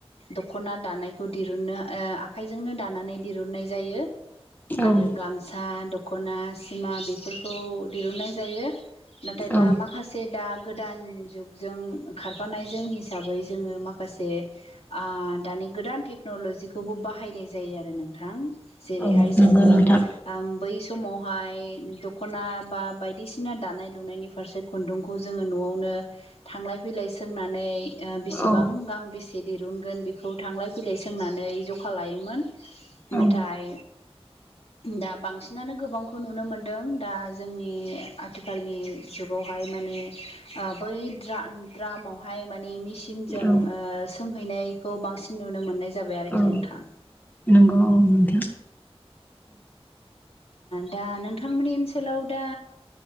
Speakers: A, on the left; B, on the left.
A: दख'ना दानायखौ दिरुननो ओ आखाइजोंनो दानानै दिरुननाय जायो।
B: औ
A: आरो गामसा दख'ना सिमा बेफोरखौ दिरुननाय जायो नाथायबा
B: औ
A: माखा से दा गोदान जुगजों खारफानायजों हिसाबै जोङो माखासे ओ दानि गोदान टेक्न'लजिखौबो बाहायनाय जायो आरो नोंथां जेरैहाय
B: औ नंगौ
A: जोङो
B: नोंथां
A: बै समावहाय दख'ना बा बायदिसिना दानाय लुनायनि फारसे खुन्दुंखौ जोङो न'आवनो थांलाय फैलाय सोंनानै ओ बेसेबां
B: औ
A: गां बेसे दिरुनगोन बेखौ थांलाय फैलाय सोंनानै जखा लायोमोन।
B: औ
A: नाथाइ दा बांसिनानो गोबांखौ नुनो मोनदों दा जोंनि आथिखालनि जुगावहाय माने ओ बै द्रा द्रामावहाय माने मि सिनजों
B: औ
A: सोंहैनायखौ बांसिन नुनो मोननाय जाबाय आरोखि
B: औ
A: नोंथां
B: नंगौ औ नोंथां
A: दा नोंथांमोननि ओनसोलाव दा